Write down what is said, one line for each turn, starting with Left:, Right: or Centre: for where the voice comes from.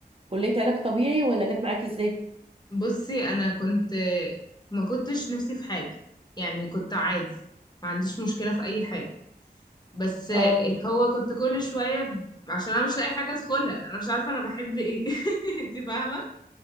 Right: كلية علاج طبيعي ولا جت معاكي ازاي؟
Left: بصي انا كنت ما كنتش نفسي في حاجه يعني كنت عادي ما عنديش مشكله في اي حاجه بس اللي
Right: اه
Left: هو كنت كل شويه ب- عشان انا مش لاقي حاجه ادخلها انا مش عارفه انا بحب ايه <laughs> انت فاهمه